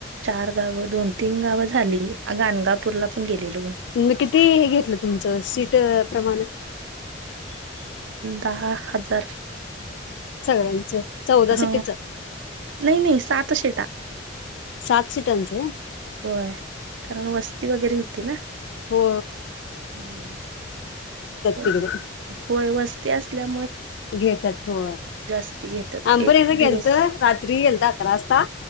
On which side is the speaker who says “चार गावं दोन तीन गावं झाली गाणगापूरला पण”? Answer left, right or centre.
Right